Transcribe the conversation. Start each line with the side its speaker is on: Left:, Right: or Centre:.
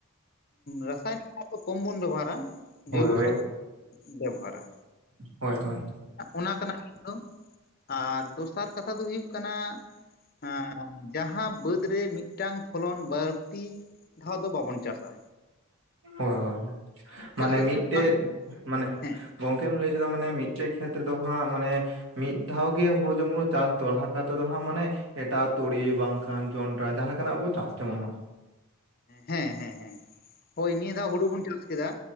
Left: ᱨᱟᱥᱟᱭᱱᱤᱠᱟᱨ ᱫᱚ ᱠᱚᱢ ᱵᱚᱱ ᱵᱮᱵᱚᱦᱟᱨᱟ
Right: ᱦᱳᱭ
Left: ᱡᱳᱵ
Right: ᱦᱳᱭ
Left: ᱥᱟᱨᱜᱮ ᱵᱮᱵᱚᱦᱟᱨᱟ
Right: ᱦᱳᱭ ᱦᱳᱭ
Left: ᱚᱱᱟ ᱠᱟᱱᱟ ᱢᱤᱛ ᱫᱚ ᱟᱨ ᱫᱚᱥᱟᱨ ᱠᱟᱛᱷᱟ ᱫᱚ ᱦᱩᱭᱩᱜ ᱠᱟᱱᱟ ᱦᱮᱸ ᱡᱟᱦᱟᱸ ᱵᱟᱹᱫᱽ ᱢᱩᱫᱽ ᱨᱮ ᱢᱤᱫᱴᱟᱝ ᱯᱷᱚᱞᱚᱱ ᱵᱟᱹᱲᱛᱤ ᱫᱷᱟᱣ ᱫᱚ ᱵᱟᱵᱚᱱ ᱪᱟᱥᱟ
Right: ᱦᱳᱭ ᱦᱳᱭ
Left: ᱪᱟᱥᱮᱫ
Right: ᱢᱟᱱᱮ ᱢᱤᱫᱴᱮᱡ
Left: ᱠᱷᱟᱱ ᱚᱱᱟ
Right: ᱢᱟᱱᱮ
Left: ᱦᱮᱸ
Right: ᱜᱚᱝᱠᱮᱢ ᱞᱟᱹᱭ ᱠᱮᱫᱟ ᱢᱟᱱᱮ ᱢᱤᱫᱴᱮᱡ ᱠᱷᱮᱛ ᱨᱮᱫᱚ ᱦᱟᱸᱜ ᱢᱟᱱᱮ ᱢᱤᱫ ᱫᱷᱟᱣ ᱜᱮ ᱦᱩᱲᱩ ᱡᱩᱢᱲᱩ ᱪᱟᱥ ᱫᱚᱦᱲᱟ ᱠᱟᱛᱮᱫ ᱫᱚᱦᱟᱸᱜ ᱢᱟᱱᱮ ᱮᱴᱟᱜ ᱛᱩᱲᱤ ᱵᱟᱝᱠᱷᱟᱱ ᱡᱚᱱᱰᱨᱟ ᱡᱟᱦᱟᱸ ᱞᱮᱠᱟᱱᱟᱜ ᱵᱚ ᱪᱟᱥ ᱡᱮᱢᱚᱱ ᱢᱟ
Left: ᱦᱮᱸ ᱦᱮᱸ ᱦᱮᱸ ᱦᱳᱭ ᱱᱤᱭᱟᱹ ᱫᱷᱟᱣ ᱦᱩᱲᱩ ᱵᱚᱱ ᱪᱟᱥ ᱠᱮᱫᱟ